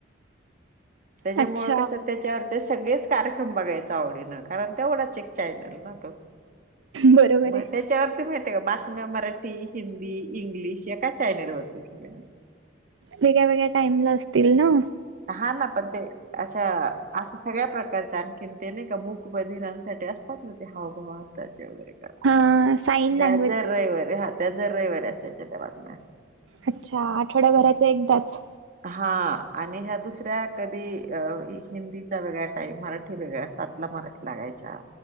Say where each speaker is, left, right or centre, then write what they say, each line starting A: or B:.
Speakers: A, on the right; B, on the right.
A: त्याच्यामुळे
B: अच्छा
A: कसं त्याच्यावरचे सगळेच कार्यक्रम बघायचा आवडीन. कारण तेवढाच एक चॅनल ना तो
B: बरोबर
A: मग
B: आहे.
A: त्याच्यावरती माहिती <inaudible> बातम्या मराठी, हिंदी, इंग्लिश एका चॅनलवरती सगळ्यां.
B: वेगळ्या-वेगळ्या टाईमला असतील ना.
A: हा ना, पण ते अशा असं सगळ्या प्रकारचे आणखीन ते नाही का मूक बधिरांसाठी असतात. नि ते हाव-भाव आत्ताच्या वगैरे.
B: हा साईन
A: त्या
B: लँग्वेज
A: जर रविवारी हा त्या जर रविवारी असायच्या त्या बातम्या.
B: अच्छा आठवड्याभराच्या एकदाच.
A: हा आणि ह्या दुसऱ्या कधी अ हिंदीचा वेगळा टाईम, मराठी वेगळा सातला मराठी लागायच्या,